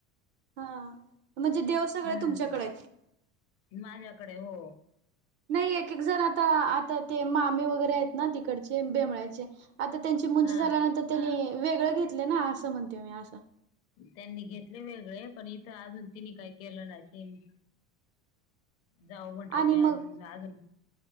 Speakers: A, on the right; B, on the left.
A: हा म्हणजे देव सगळे
B: हम्म
A: तुमच्याकडे आहेत
B: माझ्याकडे हो
A: नाही एक एक जण आता,, आता ते मामी वगैरे आहेत ना तिकडचे बेमळाचे आता त्यांची मुंज
B: हा
A: झाल्यानंतर त्यांनी वेगळं घेतलं ना, असं म्हणते मी असं
B: त्यांनी घेतलय वेगळे पण इथं अजून तिने काही केलं नाही,, तेन जाऊ म्हटली
A: आणि
B: मी
A: मग
B: अजून,